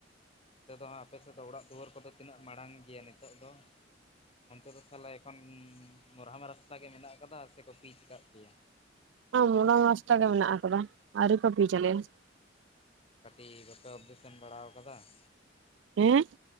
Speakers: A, on the left; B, on the right.
A: ᱚᱱᱛᱮᱫᱚᱦᱟᱜ ᱟᱯᱮᱥᱮᱫ ᱫᱚ ᱚᱲᱟᱜ ᱫᱩᱣᱟᱹᱨ ᱠᱚᱫᱚ ᱛᱤᱱᱟᱹᱜ ᱢᱟᱲᱟᱝ ᱜᱮᱭᱟ ᱱᱤᱛᱚᱜ ᱫᱚ ᱾ ᱚᱱᱛᱮ ᱫᱚ ᱛᱟᱞᱦᱮ ᱮᱠᱷᱚᱱ ᱢᱩᱨᱦᱟᱢ ᱨᱟᱥᱛᱟ ᱜᱮ ᱢᱮᱱᱟᱜ ᱟᱠᱟᱫᱟ ᱥᱮᱠᱚ ᱯᱤᱪ ᱠᱟᱜ ᱯᱮᱭᱟ ᱾ <inaudible>
B: ᱢᱩᱞᱟᱢ ᱨᱟᱥᱴᱟ ᱜᱮ ᱢᱮᱱᱟᱜ ᱟᱠᱟᱫᱟ ᱟᱨᱤ ᱠᱚ ᱯᱤᱡ ᱟᱞᱮᱭᱟ ᱾
A: <unintelligible> ᱵᱟᱯᱮ ᱚᱵᱡᱮᱠ ᱥᱮᱱ ᱵᱟᱲᱟ ᱠᱟᱫᱟ ᱾
B: ᱦᱮᱸ